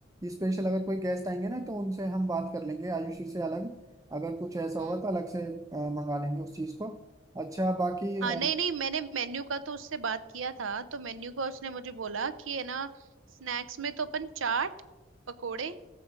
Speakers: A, on the right; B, on the right.
A: स्पेशल अगर कोई गेस्ट आएंगे ना तो उनसे हम बात कर लेंगे आयुषी से अलग अगर कुछ ऐसा
B: हम्म
A: होगा तो अलग से अ, मंगा लेंगे उस चीज़ को अच्छा बाकी
B: हाँ
A: अ,
B: नहीं नहीं मैंने मेन्यू का तो उससे बात किया था तो मेन्यू का उसने मुझे बोला कि है ना स्नैक्स में तो अपन चाट पकोड़े